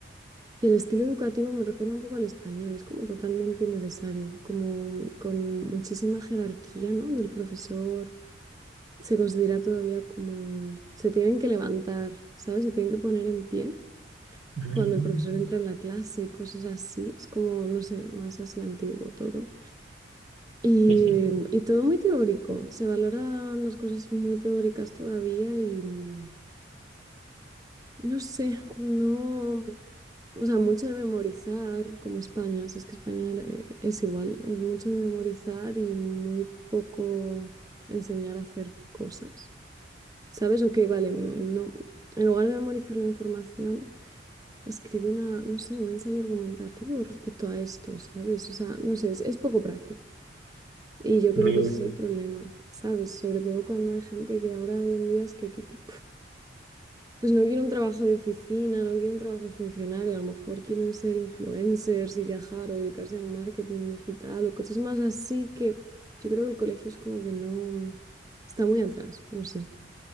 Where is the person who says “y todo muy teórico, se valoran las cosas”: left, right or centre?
Right